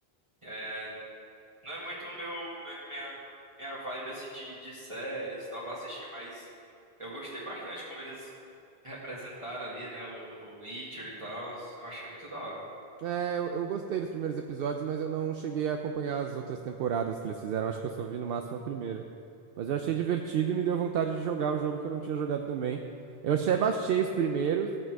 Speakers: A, on the right; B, on the right.
A: é, não é muito meu, me- minha, minha vibe, assim, de, de séries e tal pra assistir, mas eu gostei bastante como eles representaram ali, né, o, o Witcher e tal. Eu achei muito da hora.
B: É, eu, eu gostei dos primeiros episódios, mas eu não cheguei a acompanhar as outras temporadas que eles fizeram. Acho que eu só vi no máximo a primeira. Mas eu achei divertido e me deu vontade de jogar o jogo que eu não tinha jogado também. Eu achei, baixei os primeiros,